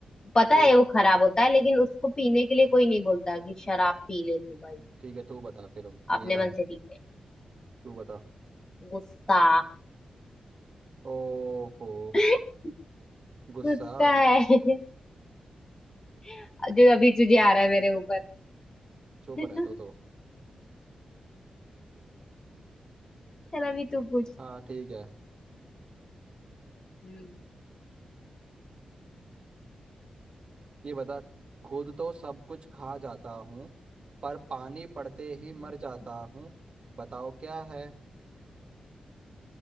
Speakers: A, on the left (about 35°); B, on the right (about 55°).
A: पता
B: तू
A: है वो खराब होता है लेकिन उसको पीने के लिए कोई नहीं बोलता कि शराब पी ले तू भाई
B: ठीक है तू बता फिर अब यही
A: अपने मन
B: आंसर
A: से पीते
B: तू बता
A: गुस्सा
B: ओहो
A: <laughs>
B: गुस्सा
A: गुस्सा है <laughs> जो अभी तुझे आ रहा है मेरे ऊपर
B: चुप
A: <laughs>
B: रह तू तो
A: चल अभी तू पूछ
B: हाँ ठीक है
A: हम्म
B: ये बता खुद तो सब कुछ खा जाता हूँ पर पानी पड़ते ही मर
A: हम्म,
B: जाता हूँ बताओ क्या है